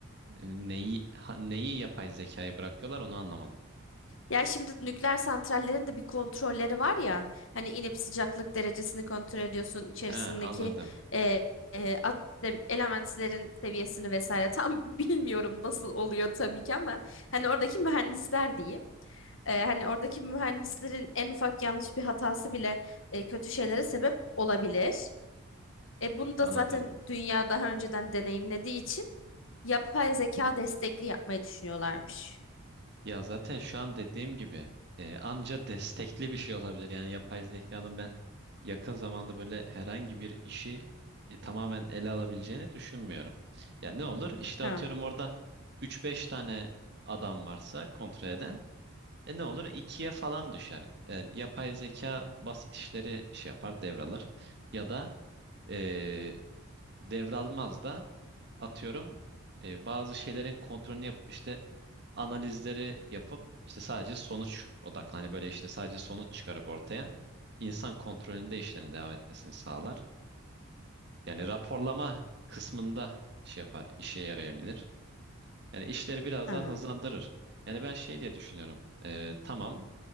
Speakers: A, on the right (about 50°); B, on the left (about 60°).
A: E, Neyi ha- neyi yapay zekayı bırakıyorlar onu anlamadım.
B: Ya şimdi nükleer santrallerin de bir kontrolleri var ya, hani inip sıcaklık derecesini kontrol ediyorsun, içerisindeki
A: Ha, anladım.
B: e, e, at- elementlerin seviyesini vesaire tam <laughs> bilmiyorum nasıl oluyor tabii ki ama hani oradaki mühendisler diyeyim. E, hani oradaki mühendislerin en ufak yanlış bir hatası bile e, kötü şeylere sebep olabilir. E bunu da
A: Anladım.
B: zaten dünya daha önceden deneyimlediği için yapay zeka destekli yapmayı düşünüyorlarmış.
A: Ya zaten şu an dediğim gibi e, anca destekli bir şey olabilir. Yani yapay zekanın ben yakın zamanda böyle herhangi bir işi e, tamamen ele alabileceğini düşünmüyorum. Ya ne olur? İşte
B: Hım,
A: atıyorum orada üç beş tane adam varsa kontrol eden. E ne olur? ikiye falan düşer. E, yapay zeka basit işleri şey yapar, devralır. Ya da e, devralmaz da atıyorum e, bazı şeylerin kontrolünü yapıp işte analizleri yapıp işte sadece sonuç odaklı. Hani böyle işte sadece sonuç çıkarıp ortaya insan kontrolünde işlerin devam etmesini sağlar. Yani raporlama kısmında şey yapar, işe yarayabilir. Yani işleri biraz
B: hım,
A: daha hızlandırır. Yani ben şey diye düşünüyorum. Ee, tamam